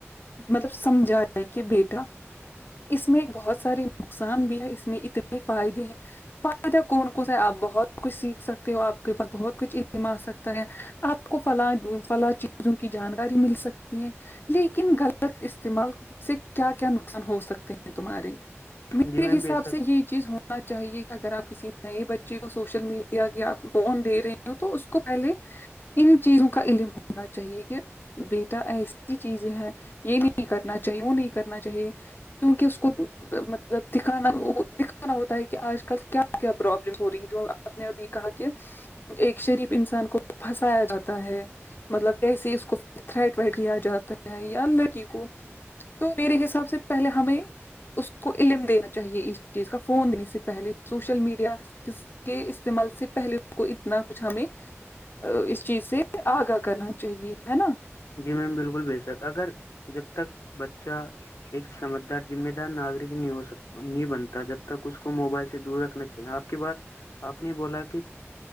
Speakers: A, on the left; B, on the left.
A: مطلب سمجھاائے کہ بیٹا اس میں بہت سارے نقصان بھی ہے اس میں اتنے فائدے ہیں فائدہ کون کون ہے آپ بہت کچھ سیکھ سکتے ہو آپ کے پاس بہت کچھ عم آ سکتا ہے آپ کو فلاں فلاں چیز جو کی جانکاری مل سکتی ہے لیکن غلط استعمال سے کیا کیا نقصان ہو سکتے ہیں تمہارے میرے
B: جی میم
A: حساب
B: بے شک
A: سے یہ چیز ہونا چاہیے کہ اگر آپ کسی نئے بچے کو سوشل میڈیا آپ بون دے رہے ہیں تو اس کو پہلے ان چیزوں کا علم ہونا چاہیے کہ بیٹا ایسی چیزیں ہے یہ نہیں کرنا چاہیے وہ نہیں کرنا چاہیے کیونکہ اس کو مطلب دکھانا دکھانا ہوتا ہے کہ آج کل کیا کیا پرابلم ہو رہی ہے جو آپ نے اب یہ کہا کہ ایک شریف انسان کو پھنسایا جاتا ہے مطلب کیسے اس کو تھریٹ ویٹ کیا جاتا ہے یا لڑکی کو تو میرے حساب سے پہلے ہمیں اس کو علم دینا چاہیے اس چیز کا فون دینے سے پہلے سوشل میڈیا ک کے استعمال سے پہلے کو ا اتنا کچھ ہمیں اس چیز سے آگاہ کرنا چاہیے ہے نا
B: جی میم بالکل بے شک اگر جب تک بچہ ایک سمجھدار ذمہ دار ناگرک نہیں ہوک نہیں بنتا جب تک اس کو موبائل سے دور رکھنا آپ کی بات آپ نے بولا کہ